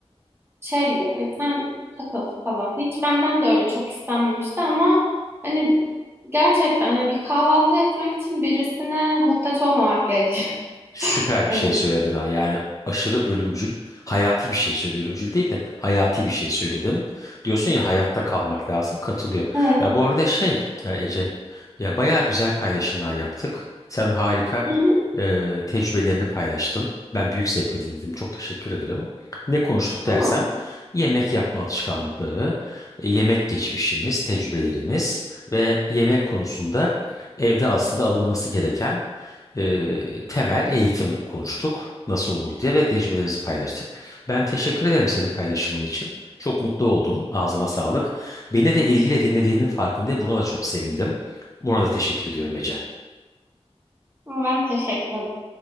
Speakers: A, on the right; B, on the left.
A: şey gibi hani sen takıl falan. Hiç benden de öyle çok istenmemişti ama hani gerçekten hani bir kahvaltı etmek için birisine muhtaç olmamak gerekiyor.
B: Süper
A: <laughs>
B: bir
A: Hani.
B: şey söyledin ha. Yani aşırı ölümcül, hayati bir şey söyledin. Ölümcül değil de hayati bir şey söyledin. Diyorsun ya hayatta kalmak lazım. Katılıyorum.
A: Evet.
B: Ya bu arada şey e, Ece, ya bayağı güzel paylaşımlar yaptık. Sen harika
A: Hı hı.
B: e, tecrübelerini paylaştın. Ben büyük zevkle dinledim. Çok teşekkür ederim. Ne konuştuk
A: Ama,
B: dersen yemek yapma alışkanlıkları, e, yemek geçmişimiz, tecrübelerimiz ve yemek konusunda evde aslında alınması gereken e, temel eğitimi konuştuk. Nasıl olur diye ve tecrübelerimizi paylaştık. Ben teşekkür ederim senin paylaşımın için. Çok mutlu oldum. Ağzına sağlık. Beni de ilgiyle dinlediğinin farkındayım. Buna da çok sevindim. Buna da teşekkür ediyorum Ece.
A: ama ben teşekkür